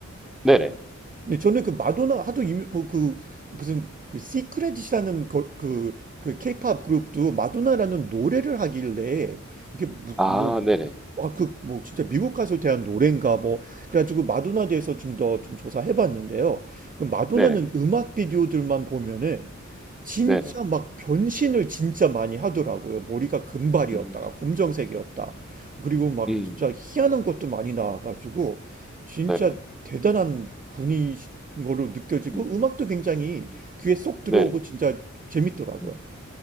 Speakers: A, in the centre; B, on the right.
A: 네네.
B: 근데 저는 그 마도나 하도 이미 그, 그 무슨 그 시크릿이라는 거- 그, 그 케이팝 그룹도 마도나라는 노래를 하길래 이게 뭐,
A: 아,
B: 뭐
A: 네네.
B: 아, 그, 뭐, 진짜 미국 가수에 대한 노래인가, 뭐. 그래가지고 마도나 대해서 좀 더 좀 조사해봤는데요. 그 마도나는
A: 네네.
B: 음악 비디오들만 보면은 진짜
A: 네네.
B: 막 변신을 진짜 많이 하더라고요. 머리가 금발이었다가
A: 음,
B: 검정색이었다. 그리고 막
A: 음.
B: 진짜 희한한 것도 많이 나와가지고 진짜
A: 네네.
B: 대단한 분인 걸로 느껴지고
A: 음.
B: 음악도 굉장히
A: 음.
B: 귀에 쏙 들어오고
A: 네네.
B: 진짜 재밌더라고요.
A: 음.